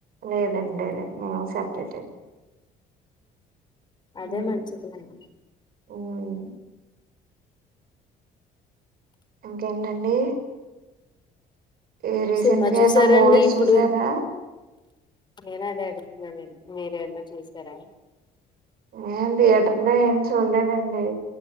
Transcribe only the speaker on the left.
అదే
మంచిదిలేండి
సినిమా
చూసారండి
ఇప్పుడు
నేను అదే అడుగుతున్నాను మీరేమన్న చూసారా